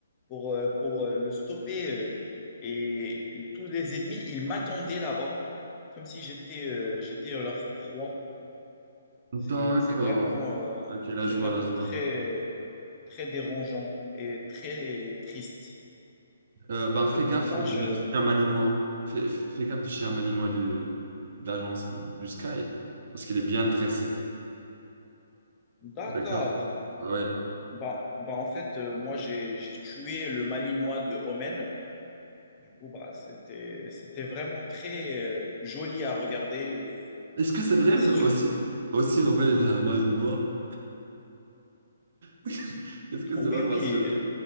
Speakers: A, on the left (about 25°); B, on the right (about 55°).
A: pour, euh, pour euh, le stopper. euh, Et tous les ennemis, ils m'attendaient là-bas, comme si j'étais euh, j'étais leur proie.
B: D'accord.
A: C'est, c'est vraiment, euh,
B: Ok, là
A: c'est
B: je
A: vraiment
B: vois, là je vois.
A: très, très dérangeant et très triste.
B: Euh, ben, fais
A: Et Pour
B: gaffe
A: moi,
B: euh,
A: je...
B: du, du chien malinois. Fais, fais gaffe du chien malinois de d'agence du Sky, parce qu'il est bien dressé.
A: D'accord.
B: D'accord? Ah Ouais.
A: Bah, bah, en fait, euh, moi, j'ai, j'ai tué le Malinois de Omen. Du coup, bah, c'était, c'était vraiment très euh, joli à regarder. mais
B: Est-ce que c'est
A: Je
B: vrai
A: sais pas si tu...
B: aussi, aussi Romain est un malinois? <laughs> Est-ce que
A: Oui,
B: c'est vrai
A: oui,
B: parce que...